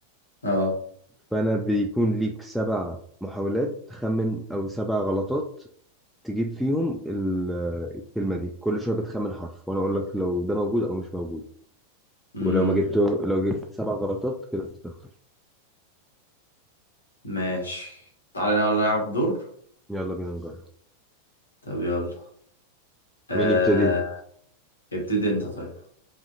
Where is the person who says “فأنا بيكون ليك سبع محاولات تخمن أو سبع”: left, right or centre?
Centre